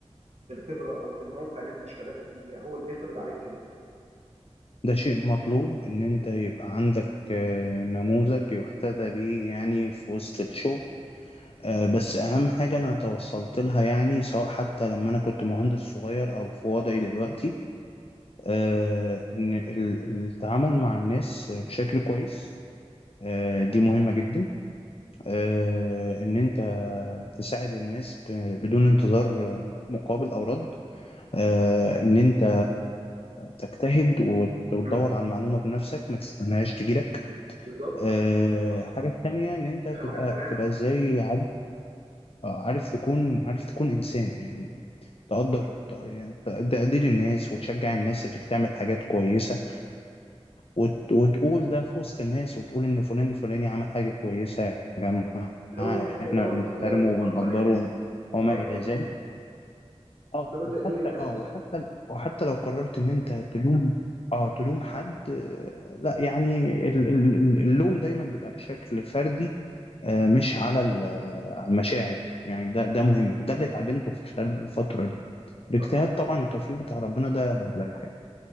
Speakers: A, on the right; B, on the left.
A: بالخبره او بالموقع اللي انت اشتغلت فيه بيها هو اللي بيفرض عليك كده
B: ده شيء مطلوب إن أنت يبقى عندك آه، نموذج يحتذى به يعني في وسط الشغل آه، بس أهم حاجة أنا توصلت لها يعني سواء حتى لما أنا كنت مهندس صغير أو في وضعي دلوقتي آه، إن ال- التعامل مع الناس بشكل كويس آه، دي مهمة جدا آه، إن أنت تساعد الناس ب- بدون انتظار آه، مقابل أو رد آه، إن أنت تجتهد وت- وتدور
A: مم.
B: على المعلومة بنفسك ما تستناهاش تجيلك
A: بالظبط
B: آه،
A: صح
B: حاجة تانية إن أنت
A: اتفق
B: تبقى
A: معاك تمام
B: تبقى إزاي عارف آه، عارف تكون عارف تكون إنسان يعني تقدر ت- يعني ت- تقدير الناس وتشجع الناس اللي بتعمل حاجات كويسة وت- وتقول ده في وسط الناس وتقول إن فلان الفلاني عمل حاجة كويسة يا جماعة
A: اللي هو بت... اللي
B: إحنا
A: هو
B: بنحترمه
A: بت... بتقدر
B: وبنقدره
A: الناس يعني
B: وما
A: بتقدر
B: إلى ذلك
A: الناس
B: اه
A: اللي هو تقدير
B: وحتى
A: الناس
B: اه
A: اصلا
B: وحتى وحتى لو قررت ان انت تلوم اه تلوم حد آه، لا يعني ال- ال- ال- اللوم دايما يبقى بشكل فردي آه، مش على ال- آه، على المشاعر يعني ده ده مهم ده اللي اتعلمته في خلال الفترة دي الاجتهاد
A: صح
B: طبعا التوفيق بتاع ربنا ده لا أي حاجة